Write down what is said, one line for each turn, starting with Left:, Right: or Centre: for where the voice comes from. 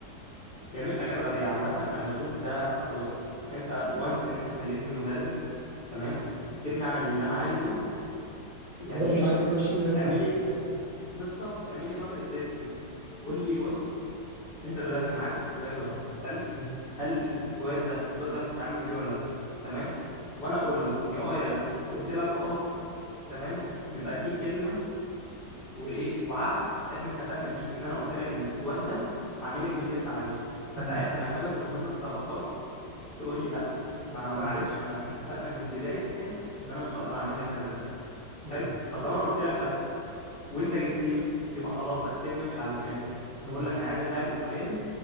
Left: هي يعني مش حاجات غبيه عامه انا بشوف ده اصل بص انت وانس ان انت خليتني مدرب تمام سيبني اعمل اللي انا عايزه يعني
Right: هو لو
Left: ايه
Right: مش عاجبك مشيني وادفع
Left: اعملي
Right: شرط جزاء.
Left: بالظبط اعمل لي فترة تيستنج قول لي بص انت دلوقتي معاك سكواد اهو هل
Right: م.
Left: هل السكواد ده هتقدر تتعامل بيه ولا لا تمام وانا اقول لك يا اه يا لا قلت لك اه تمام يبقى دي كلمة وايه وعقد احنا اتفقنا بيه ان انا قلت لك السكواد ده هعمل لك بيه اللي انت عايزه
Right: م.
Left: فساعتها لما اجي اطلب منك صفقات تقول لي لا ما معلش
Right: ايوه
Left: انا احنا اتفقنا من البداية ان انا مش هقدر اعمل لك كذا كذا
Right: بالظبط
Left: حلو طب لو انا قلت لك لا وانت جبتني يبقى خلاص بقى تسيبني امشي على دماغي
Right: بالظبط
Left: اقول لك انا عايز اللاعب الفلاني